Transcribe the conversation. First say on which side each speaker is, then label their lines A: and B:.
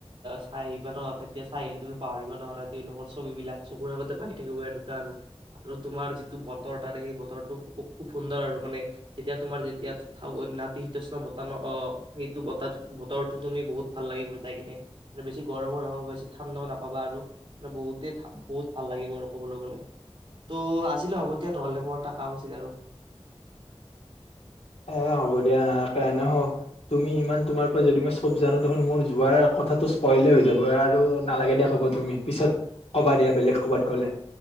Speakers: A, on the right; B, on the left.
A: চাই আহিবা ন তেতিয়া চাই আহিলে তুমি পাহৰিব নোৱাৰা তেওঁলোকৰ ছবিবলাক চকুৰ আগতে ভাহি থাকিব এনেকুৱা আৰু তোমাৰ যিটো বতৰ তাৰে সেই বতৰটো খুব সুন্দৰ আৰু মানে যেতিয়া তোমাৰ যেতিয়া নাতি। ষ্ণ বতাহ ন অ সেইটো বতাহ বতৰটো তুমি বহুত ভাল লাগিব যাই কিনে বেছি গৰমো নাপাবা বেছি ঠাণ্ডাও নাপাবা আৰু মানে বহুতেই বহুত ভাল লাগিব আৰু ক'বলৈ গ'লে ত' আজিলৈ হ'ব দিয়া নহ'লে মোৰ এটা কাম আছিল আৰু।
B: এ হ'ব দিয়া, নহ তুমি ইমান তোমাৰ পৰা যদি মই চব জানো দেখোন মোৰ যোৱাৰ কথাটো স্পইলে হৈ যাব আৰু নালাগে দিয়া ক'ব তুমি পিছত কবা দিয়া বেলেগ কবাত গ'লে।